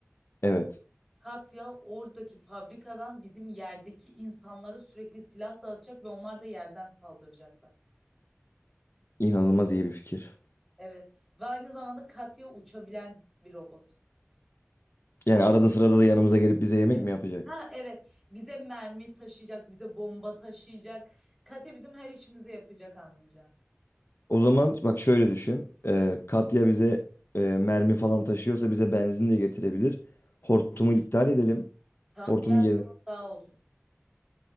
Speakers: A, on the left (about 55°); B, in the centre.
A: Evet.
B: Katya oradaki fabrikadan bizim yerdeki insanlara sürekli silah dağıtacak ve onlar da yerden saldıracaklar.
A: İnanılmaz iyi bir fikir.
B: Evet. Ve aynı zamanda Katya uçabilen bir robot.
A: Yani arada sırada da yanımıza gelip bize yemek
B: Ez-
A: mi yapacak?
B: Ha evet. Bize mermi taşıyacak, bize bomba taşıyacak. Katya bizim her işimizi yapacak anlayacağın.
A: O zaman bak şöyle düşün. Ee, Katya bize e, mermi falan taşıyorsa bize benzin de getirebilir. Hortumu iptal edelim.
B: Tam
A: Hortumun
B: bir hakkımız
A: yerine
B: sağ olsun.